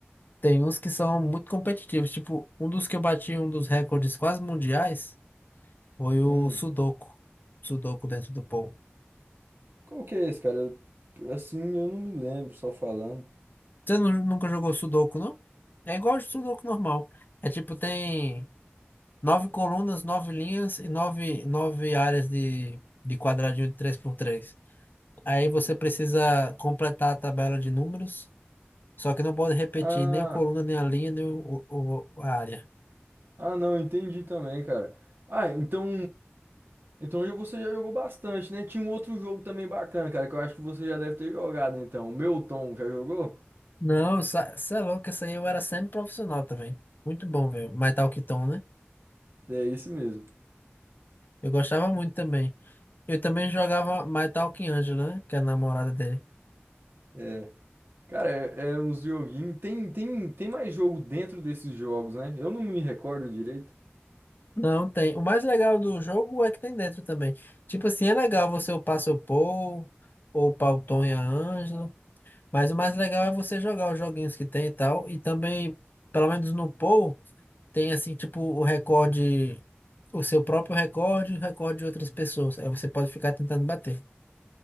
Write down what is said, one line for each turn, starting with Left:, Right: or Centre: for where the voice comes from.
Left: tem uns que são muito competitivos. Tipo, um dos que eu bati, um dos recordes quase mundiais, foi o
Right: Hum.
Left: Sudoku. Sudoku dentro do Pou.
Right: Qual que é esse, cara? Eu- assim, eu não me lembro, só falando.
Left: Você nu- nunca jogou Sudoku, não? É igual de Sudoku normal. É tipo, tem nove colunas, nove linhas e nove, nove áreas de, de quadradinho de três por três. Aí você precisa completar a tabela de números, só que não pode repetir
Right: Ah,
Left: nem a coluna, nem a linha, nem o, o- o- a área.
Right: ah, não, entendi também, cara. Ah, então. Então já- você já jogou bastante, né? Tinha um outro jogo também bacana, cara, que eu acho que você já deve ter jogado, então. O Meu Tom, já jogou?
Left: Não, você é louco, essa aí eu era sempre profissional também. Muito bom, velho. My Talk Tom, né?
Right: É isso mesmo.
Left: Eu gostava muito também. Eu também jogava My Talk Angela, né? Que é a namorada dele.
Right: É. Cara, é, é uns joguinhos. Tem, tem, tem mais jogo dentro desses jogos, né? Eu não me recordo direito.
Left: Não tem. O mais legal do jogo é que tem dentro também. Tipo assim, é legal você upar seu Paul, ou upar o Tom e a Ângela, mas o mais legal é você jogar os joguinhos que tem e tal. E também, pelo menos no Paul, tem assim, tipo, o recorde, o seu próprio recorde e o recorde de outras pessoas. Aí você pode ficar tentando bater.